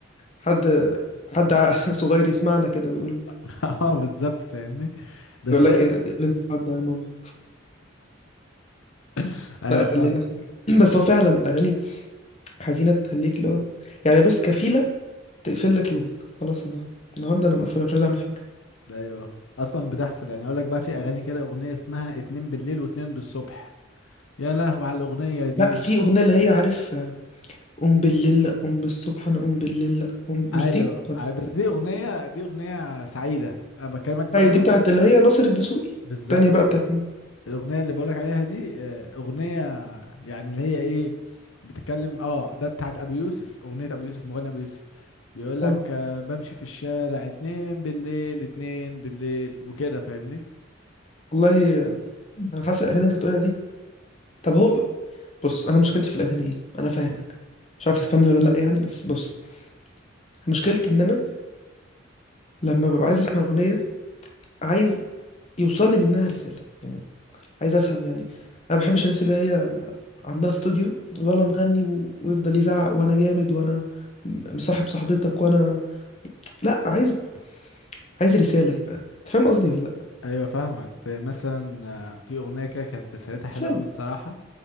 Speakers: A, on the left (about 35°); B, on the left (about 85°).
A: حد حد <laughs> صغير يسمعنا كده ويقول
B: <laughs> اه بالظبط فاهمني بس
A: يقول لك
B: هي
A: ايه اللي انت ده يا ماما
B: <laughs> ايوه
A: لا خلينا
B: فاهمك
A: في <clears throat> بس هو فعلا اغاني حزينه تخليك اللي هو يعني بص كفيله تقفل لك يومك خلاص انا النهارده انا مقفوله مش عايز اعمل حاجه
B: ايوه اصلا بتحصل يعني اقول لك بقى في اغاني كده اغنيه اسمها اتنين بالليل واتنين بالصبح يا لهو على الاغنيه دي
A: لا في اغنيه اللي هي عارف آه، قوم بالليل لأ، قوم بالصبح انا قوم بالليل لأ، قوم مش
B: ايوه
A: دي ولا
B: أي- بس دي اغنيه دي اغنيه سعيده انا بكلمك بقى
A: ايوه دي بتاعت اللي هي ناصر الدسوقي
B: بالظبط
A: التانية بقى بتاعت مين؟
B: الاغنيه اللي بقولك عليها دي آه، اغنيه يعني اللي هي ايه بتتكلم اه ده بتاعت ابو يوسف اغنيه ابو يوسف مغني ابو يوسف بيقولك
A: اه
B: آه، بمشي في الشارع اتنين بالليل اتنين بالليل وكده فاهمني
A: والله آه، انا حاسس الاغاني اللي انت بتقولها دي طب هو بص انا مشكلتي في الاغاني ايه انا فاهمك مش عارف تفهمني ولا لا يعني بس بص مشكلتي ان انا لما ببقى عايز اسمع اغنيه عايز يوصل لي منها رساله يعني عايز افهم يعني انا ما بحبش الناس اللي هي عندها استوديو يلا نغني و... ويفضل يزعق وانا جامد وانا م- مصاحب صاحبتك وانا لا عايز عايز رسالة يبقى أنت فاهم قصدي ولا لا
B: ايوه فاهمك زي مثلا آه، في اغنيه كده كانت رسالتها حلوه
A: رسالة
B: قوي الصراحه